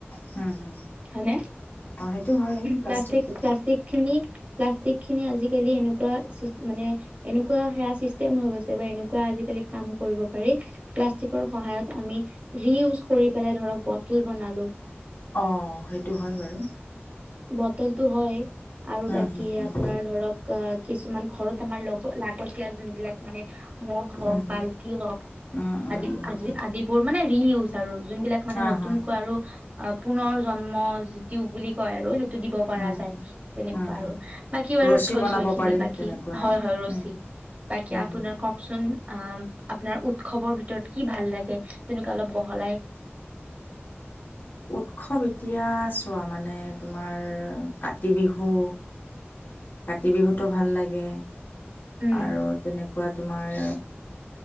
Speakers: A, on the left; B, on the right.
A: হু! হু!
B: হয়নে?
A: অ'! সেইটো হয় প্লাষ্টিকটো
B: প্লাষ্টিক, প্লাষ্টিক খিনি, প্লাষ্টিক খিনি, আজিকালি এনেকা ক' মানে, এনেকুৱা সেয়া চিষ্টেম হৈ গৈছে বা এনেকুৱা আজিকালি কাম কৰিব পাৰি। প্লাষ্টিকৰ সহায়ত আমি ৰিউজ কৰি পেলাই ধৰক বটল বনালো।
A: অ সেইটো হয় বাৰু।
B: বতলটো হয় আৰু
A: হুম
B: বাকী
A: হুম হুম
B: আপোনাৰ ধৰক আহ কিছুমান ঘৰত আমাৰ লগ লাগতিয়াল যোনবিলাক মানে মগ
A: হুম
B: হওক,
A: হুম
B: বাল্টি হওক
A: অঁ অঁ
B: আদি
A: অঁ
B: আদি আদিবোৰ মানে ৰি ইউজ আৰু যোনবিলাক মানে
A: হা
B: নতুনকৈ
A: হা
B: আৰু পুনৰ জন্ম বুলি। কৈ আৰু। দিব পৰা
A: হুম
B: যায়
A: হুম
B: তেনেকুৱা
A: হুম হুম
B: আৰু বাকী বাৰু
A: ৰছী
B: থৈছো
A: বনাব
B: এইখিনি
A: পাৰি
B: বাকী
A: তেনেকুৱা
B: হয়,
A: আৰু
B: হয় ৰছী।
A: হম হম
B: বাকী
A: হম
B: আপোনাৰ
A: হম
B: কওকচোন? অ আপোনাৰ উৎসৱৰ ভিতৰত কি ভাল লাগে তেনেকুৱা অলপ বহলাই <inaudible>
A: উৎসৱ এতিয়া চোৱা মানে তোমাৰ কাতি বিহু কাতি বিহুতো ভাল লাগে
B: উম
A: আৰু তেনেকুৱা তোমাৰ